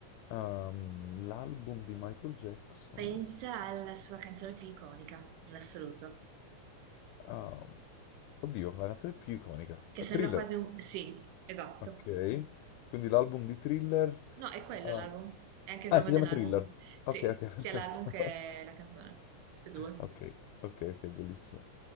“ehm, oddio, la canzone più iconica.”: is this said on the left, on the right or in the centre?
Left